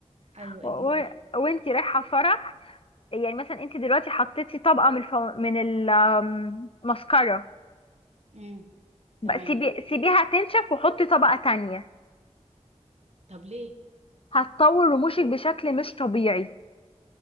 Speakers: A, on the right; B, on the left.
A: ايوه
B: و...
A: ايه
B: و-
A: دي بقى
B: وانتي رايحه فرح يعني مثلا انتي دلوقتي حطيتي طبقه من الفو... من الماسكارا
A: امم تمام
B: بقى سيبي سيبيها تنشف وحطي طبقة تانية
A: طب ليه
B: هتطول رموشك بشكل مش طبيعي